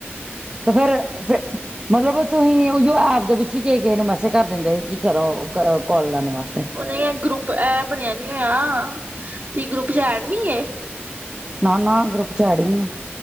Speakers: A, on the right; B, on the right.
A: ਤੇ ਫੇਿਰ ਫ ਮਤਲਬ ਤੁਸੀਂ ਓਈਓ ਐਪ ਦੇ ਵਿੱਚ ਹੀ ਕਿ ਕਿਸੇ ਨੂੰ ਮੈਸੇਜ ਕਰ ਦਿੰਦੇ ਸੀ ਕਿ ਚਲੋ ਕੋਲ ਲਾਨੇ ਵਾਸਤੇ।
B: ਉ ਨਈ ਐ ਗਰੁੱਪ ਇਹ ਬਣਿਆ ਨੀ ਹੋਇਆ ਤੁਸੀਂ ਗਰੁੱਪ ਚ ਐਡ ਨੀ ਐ।
A: ਨਾ-ਨਾ ਗਰੁੱਪ ਚ ਐੜ ਹੀ ਨੀ ਐ।